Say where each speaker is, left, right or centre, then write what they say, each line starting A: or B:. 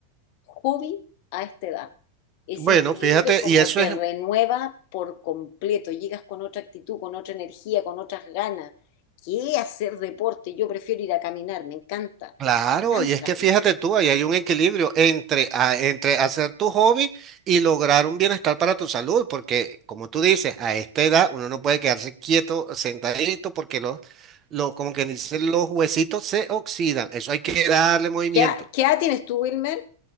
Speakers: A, on the left; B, on the right.
A: hobby a esta edad. Es
B: Bueno,
A: increíble
B: fíjate,
A: cómo
B: y eso
A: te
B: es
A: renueva por completo, llegas con otra actitud, con otra energía, con otras ganas. ¿Qué hacer deporte? Yo prefiero ir a caminar, me encanta,
B: claro,
A: me encanta.
B: y es que fíjate tú, ahí hay un equilibrio entre, a- entre hacer tu hobby y lograr un bienestar para tu salud, porque como tú dices, a esta edad uno no puede quedarse quieto, sentadito, porque los, los, como que dicen, los huesitos se oxidan, eso hay que darle movimiento.
A: ¿Qué, edad- qué edad tienes tú, Wilmer?